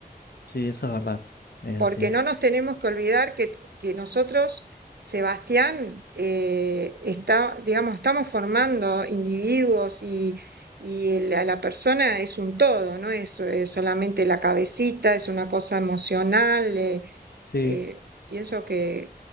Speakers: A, on the left; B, on the right.
A: Sí, eso es verdad. Es
B: porque
A: así.
B: no nos tenemos que olvidar que, que nosotros, Sebastián, eh, está, digamos, estamos formando individuos y, y el- a la persona es un todo, no es, eh, solamente la cabecita, es una cosa emocional, eh,
A: Sí,
B: eh, pienso que,